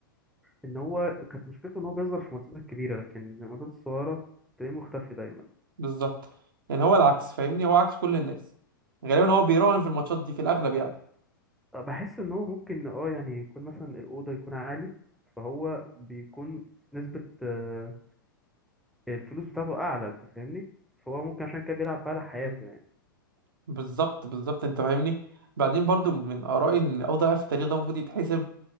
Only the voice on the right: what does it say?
بالظبط يعني هو العكس فاهمني هو عكس كل الناس غالبا هو بيراهن في الماتشات دي في الاغلب
يعني
بالظبط بالظبط انت فاهمني بعدين برضو من ارائي ان افضل لاعب في التاريخ ده المفروض يتحسب